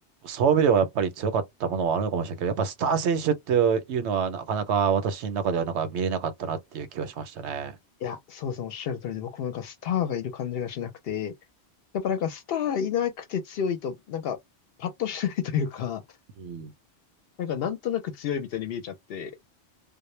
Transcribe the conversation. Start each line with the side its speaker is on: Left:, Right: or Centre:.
Right: そういう意味ではやっぱり強かったものはあるのかもしれないけど、やっぱスター選手っていうのはなかなか私の中ではなんか見れなかったなっていう気はしましたね。
Left: いや、そうですね。おっしゃる通りで、僕もなんかスターがいる感じがしなくて、やっぱなんかスターいなくて強いと、なんか、パッとしないというか、
Right: うん。
Left: なんかなんとなく強いみたいに見えちゃって、